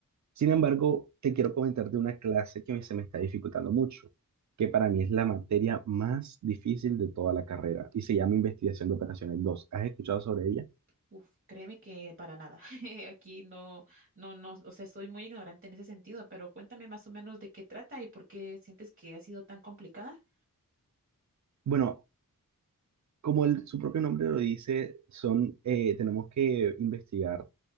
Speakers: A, on the right (about 55°); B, on the right (about 35°).
A: Sin embargo, te quiero comentar de una clase que me- se me está dificultando mucho, que para mí es la materia más difícil de toda la carrera y se llama Investigación de Operaciones 2. ¿Has escuchado sobre ella?
B: Uf, créeme que para nada. <laughs> Aquí no, no, no, o sea, soy muy ignorante en ese sentido, pero cuéntame más o menos de qué trata y por qué sientes que ha sido tan complicada.
A: Bueno, como el- su propio nombre lo dice, son, eh, tenemos que investigar